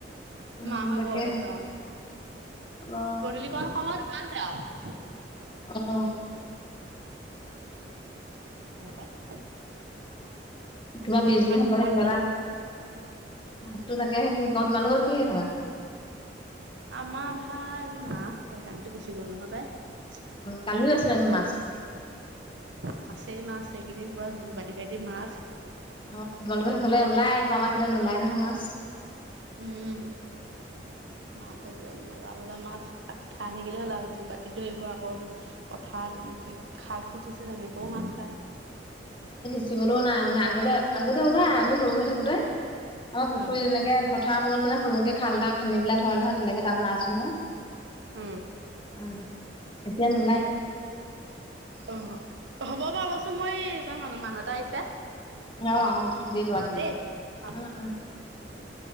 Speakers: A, on the left (about 30°); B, on the right (about 85°).
A: উম
B: মাহহত
A: তাকেহে
B: ঘৰত আছে অহ
A: অ
B: গধূলি কোন সময়ত <unintelligible>
A: অহ
B: <unintelligible>
A: কিবা বিজি
B: ভাত
A: হবলৈ
B: ভাত
A: কিবা
B: কিহে
A: এটা
B: বনালা
A: ভাততো তাকে আহে কি কওঁ তোমালোকৰ কিহে খালা?
B: আমাৰ ভা মাচ আছে সেই গানটো আৰু গুচিল গ'ল নহয় পাই।
A: অ কালিও আছিলে হেনো মাছ
B: <inaudible> মাছেই মাছ এইকেইদিন। পোৰা জুল কাটি -কাটি মাছ।
A: অহ, তোমালোকৰ সেইফালে ওলাই আকৌ আমাৰ এফালে নোলাই নহয় মাছ।
B: উম।
A: <inaudible>
B: মাছ একদম, মজা মজা মাছ ক খাই থাকিলে হ'লা জোৰ কাটি ধৰিব আকৌ পথাৰত খাল খিচিছে ক মাছ পায়।
A: পচিবলৈও নাই মানে আগতে আগতে ওলাই আমি সৰু হৈ থাকোতে, আমাৰ পুখুৰী
B: অ
A: এনেকে কথাৰ মোৰ মানে সৰুকে খাল তাল খানি পেলাই থয় নহয় তেনেকে তাত মাছ সোমাই।
B: উম
A: অ এতিয়া নোলায়।
B: অহ, হব। ত' মই <unintelligible> মানুহ -মানুহ এটা আহিছে।
A: অহ - অহ দিল লোৱা তুমি।
B: দেই অ
A: উম -উম
B: দিলে